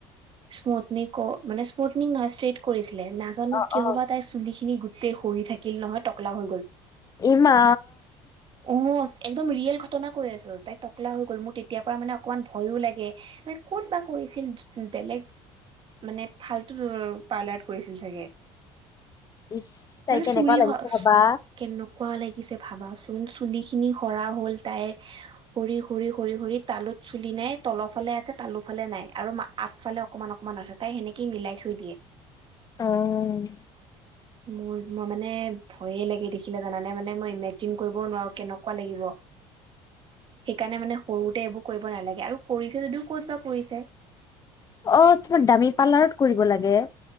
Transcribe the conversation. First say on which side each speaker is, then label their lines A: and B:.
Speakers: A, on the right; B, on the left.
A: স্মুঠনিং ক মানে স্মুঠিং নহয় ষ্ট্ৰেইট কৰিছিলে নাজানো
B: অ
A: কিয়বা
B: অ
A: তাই চুলিখিনি গোটেই সৰি থাকিল নহয়, টকলা হৈ গ'ল।
B: এই মা।
A: অ', একদম ৰিয়েল ঘটনা কৈ আছোঁ, তাই টকলা হৈ গ'ল, মোৰ তেতিয়া পৰা মানে অকমান ভয়ো লাগে। মানে ক'ত বা কৰিছিল বেলেগ মানে ফাল্তু <unintelligible> পাৰ্লাৰত কৰিছিল চাগে।
B: ইচ, তাই
A: মানে
B: কেনেকুৱা
A: চুৰি হ
B: লাগিছে ভাবা।
A: কেনেকুৱা লাগিছে ভাবাচোন চুলিখিনি সৰা হ'ল তাইৰ সৰি সৰি সৰি সৰি তালোত চুলি নাই, তলৰ ফালে আছে তালো ফালে নাই। আৰু আগফালে অকমান অকমান আছে তাই সেনেকেই মিলাই থৈ দিয়ে।
B: অ'।
A: মোৰ মই মানে ভয়ে লাগে দেখিলে জানানে মানে মই ইমেজিন কৰিব নোৱাৰো কেনেকুৱা লাগিব। সেইকাৰণে মানে সৰুতে এইবোৰ কৰিব নালাগে, আৰু কৰিছে যদিও ক'ত বা কৰিছে!
B: অ', তোমাৰ দামী পাৰ্লাৰত কৰিব লাগে।